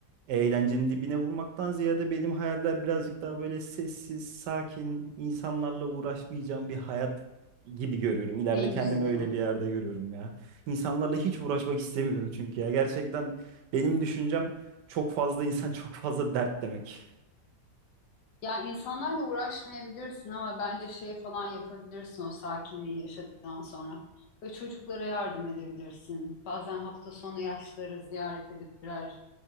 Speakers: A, on the right; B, on the left.
A: eğlencenin dibine vurmaktan ziyade benim hayaller birazcık daha böyle sessiz, sakin, insanlarla uğraşmayacağım bir hayat gibi görüyorum. İleride
B: En
A: kendimi
B: güzeli.
A: öyle bir yerde görüyorum ya. İnsanlarla hiç uğraşmak istemiyorum çünkü ya. Gerçekten benim düşüncem çok fazla insan <laughs> çok fazla dert demek.
B: Ya insanlarla uğraşmayabilirsin ama bence şey falan yapabilirsin o sakinliği yaşadıktan sonra. Ve çocuklara yardım edebilirsin. Bazen hafta sonu yaşlıları ziyaret edip birer